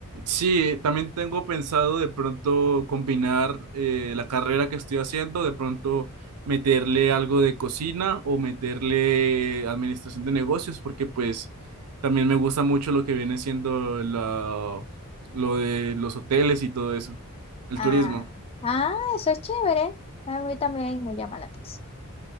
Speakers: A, on the right; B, on the left.
A: Sí, también tengo pensado de pronto combinar eh, la carrera que estoy haciendo, de pronto meterle algo de cocina o meterle administración de negocios, porque pues también me gusta mucho lo que viene siendo la- lo de los hoteles y todo eso, el
B: Ah,
A: turismo.
B: ah, eso es chévere. A mí también me llama la atención.